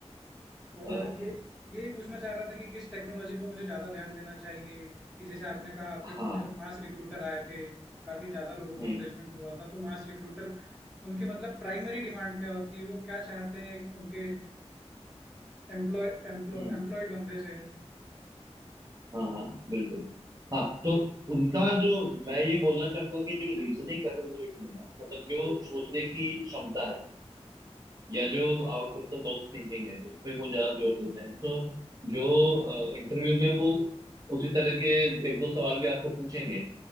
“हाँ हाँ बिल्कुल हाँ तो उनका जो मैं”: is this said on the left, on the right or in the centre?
Right